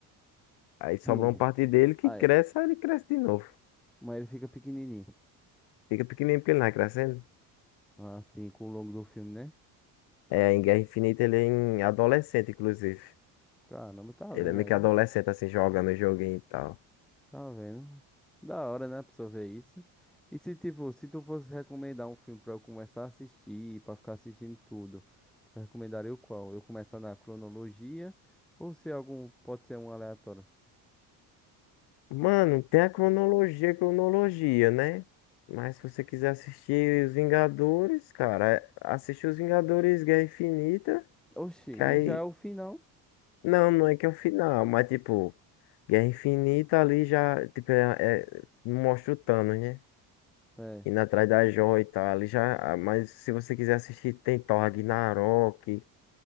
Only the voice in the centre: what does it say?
Sim.
Ah,
é.
Mas ele fica pequenininho.
Assim, com o longo do filme, né?
Caramba, tá
vendo
aí?
Tá vendo? Da hora, né, pra pessoa ver isso. E se, tipo, se tu fosse recomendar um filme pra eu começar a assistir, pra ficar assistindo tudo, tu recomendaria o qual? Eu começar na cronologia ou se algum, pode ser um aleatório?
Oxi,
e
já é o final?
É.